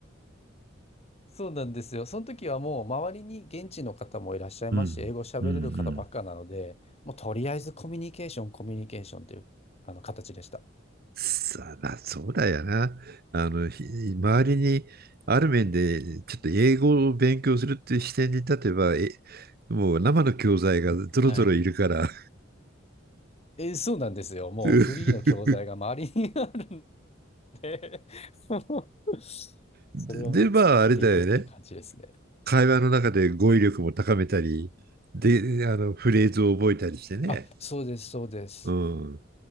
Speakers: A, on the left (about 35°); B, on the right (about 50°).
A: そうなんですよ。その時はもう周りに現地の方もいらっしゃいますし、
B: うん。
A: 英語喋れる方ばっかなので、
B: うんうん。
A: もうとりあえずコミュニケーション、コミュニケーションというあの形でした。
B: さあ、そうだよな。あの、ひ周りにある面でちょっと英語を勉強するっていう視点に立てば、え、もう生の教材がぞろぞろいるから。
A: はい。えーそうなんですよ。もうフリーの教材が周りにあるん
B: <laughs>
A: でもう <laughs>
B: で、
A: それをもう使っていくって感じですね。
B: でまあ、あれだよね。会話の中で語彙力も高めたり、で、あの、フレーズを覚えたりしてね。
A: あ、そうです、そうです。
B: うん。